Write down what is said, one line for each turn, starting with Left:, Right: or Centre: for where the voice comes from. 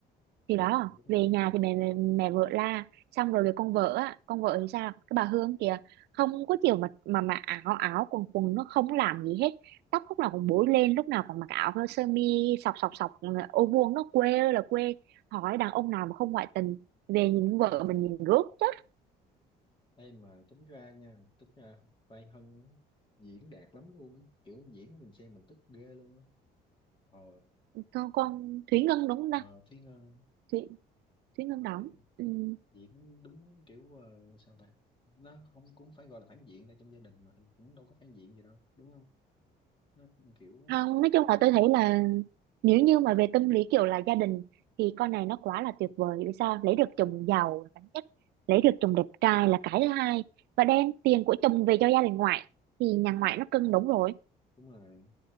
Right: thì đó
Left: cũng đúng
Right: về
Left: ha
Right: nhà thì mẹ mẹ, mẹ vợ la xong rồi về con vợ á con vợ thì sao cái bà Hương kìa không có chiều mà mà mà áo áo quần quần nó không làm gì hết tóc lúc nào cũng búi lên lúc nào còn mặc áo sơ mi sọc sọc sọc ừ, ô vuông nó quê ơi là quê hỏi đàn ông nào mà không ngoại tình về nhìn vợ
Left: ừ.
Right: mình nhìn rước chết
Left: Ê mà tính ra nha tính ra Vai Hân á, diễn đạt lắm luôn á kiểu diễn mình xem mình tức ghê luôn á ờ,
Right: con con Thúy Ngân đúng không
Left: ờ
Right: ta
Left: Thúy Ngân
Right: Thúy Thúy Ngân
Left: ờ,
Right: đóng Ừm,
Left: diễn đúng kiểu ờ, sao ta nó không cũng phải gọi là phản diện tại trong gia đình mà cũng đâu có phản diện gì đâu đúng không nó kiểu
Right: không nói chung là tôi thấy là nếu như mà về tâm lý kiểu là gia đình thì con này nó quá là tuyệt vời vì sao lấy được chồng giàu là cái nhất lấy được chồng đẹp trai là cái thứ hai và đem tiền của chồng về cho gia đình ngoại thì nhà ngoại nó cưng đúng rồi
Left: đúng rồi